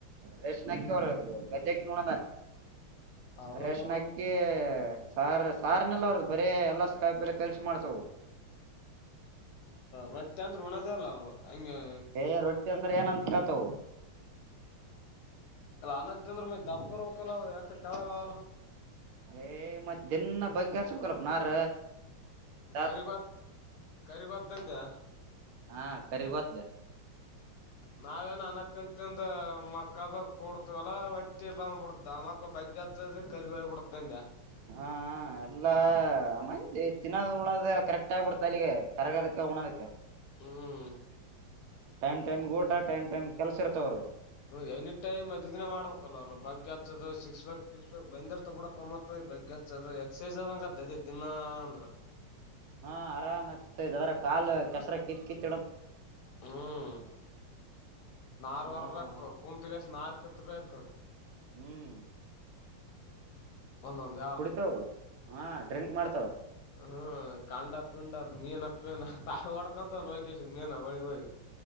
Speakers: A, on the right; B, on the left.
A: ರೇಷನ್
B: ಹ್ಮ್
A: ಅಕ್ಕಿ, ಅವರ ಗದ್ದೆಕ್ಕಿನು ಉಣ್ಣಲ್ಲ.
B: ಅಬಾಬಾಬ
A: ರೇಷನ್ ಅಕ್ಕಿ... ಸಾರ್ ಸಾರ್ನೆಲ್ಲ ಅವರದ ಬರೇ ಎಲ್ಲಸ ಕಾಯಪಲ್ಯ ಕಲಿಸಿ ಮಾಡ್ತವು.
B: ರೊಟ್ಟಿ ಅಂತ್ರೂ ಉಣದೇ ಇಲ್ಲ ನಾವು ಹಂಗೆ.
A: ಏ ರೊಟ್ಟಿ ಏನಂತ ಕೇಳ್ತಾವು.?
B: ಅಲ್ಲ ಅನ್ನ ತಿಂದ್ರ ಮತ್ತಾ ದಪ್ಪ ಇರಬೇಕು ಅಲ್ಲ ಅವ ಎಷ್ಟು ತೆಳ್ಳಗ ಆವಲ.
A: ಏ ಮತ್ ದಿನ ಬಗ್ಗಿ ಹಚ್ಚುಬೇಕ ಅಲ್ಲಾಪ ನಾರ. ಇದಾತದ
B: ಕರಿಗೊದ್ದ ಕರಿಗೋದ್ದಂದೆ?
A: ಹಾ ಕರಿ ಗೊದ್ದ.
B: ನಾವೇನ ಅನ್ನ ತಿಂದುತಿಂದು ಮ್. ಕಬಾಬ್ ಕೊಡ್ತು ಅಲ್ಲ ಹೊಟ್ಟಿ ಬಂದ ಬಿಡತ್ತಾ, ಮಕ್ಕಳು ಬಗ್ಗಿ ಹಚ್ಚದಕ ಕರಿಗ ಹೋಗಿ ಬಿಡತಂದೆ.
A: ಹಾ ಎಲ್ಲ ಅಮ್ಮ ತಿನ್ನೋದು ಉಣದ ಕರೆಕ್ಟ್ ಆಗ್ಬಿಡತೆ ಅಲ್ಲಿಗೆ. ಕರಗದಕ್ಕ ಉಣದಕ್ಕ.
B: ಹ್ಮ್.
A: ಟೈಮ್? ಟೈಮ್ ಊಟ ಟೈಮ್ ಟೈಮ್ ಕೆಲ್ಸ ಇರ್ತವ್ರು
B: ಹ್ಮ ಎನಿ ಟೈಮ್ ಅದೀದಿನೇ ಮಾಡ್ಬೇಕಲ್ಲ ಅವರು ಬಗ್ಗೆ. ಸಿಕ್ಸ್ ಪ್ಯಾಕ್ ಸಿಕ್ಸ್ ಪ್ಯಾಕ್ ಬಂದಿರತ್ತಾ ಬಿಡಪ್ಪಾ ಮಕ್ಕಳಿಗೆ ಬಗ್ಗೆ ಹಚ್ಚೋದು ಎಕ್ಸರ್ಸೈಜ್ ಅದಂಗ ಆಗುತ್ತಾ ದಿನಾ ಅಂದ್ರ. <inaudible>
A: ಹಾ ಆರಾಮ ಹಚ್ಚುತೈತಿ ಅದರಾಗ ಕಾಲು ಕೆಸರಾಗ ಕಿತ್ತಿ ಕಿತ್ತಿ.
B: ಹ್ಮ್ ನಾರ್
A: ಹಾ
B: ವರ್ಬೇಕು ಕುತ್ತುಕೇಸಿ ನಾರ್ ಕಿತ್ಬೇಕು.
A: ಹ್ಮ್.
B: ಒಂದೊಂದ ಯಾವನ.
A: ಕುಡಿತಾವ ಹಾ ಡ್ರಿಂಕ್ ಮಾಡ್ತಾವ.
B: ಹ್ಮ್ ಕಾಂಡ ಪಿಂಡದ ಮೀನ ಪೀನ ತಾ ಹೊಡ್ಕಂತವ ಏನು ಹೊಗಕೆಸಿ ಮೀನ ಹೋಳಿಗ ಹೋಗಿ.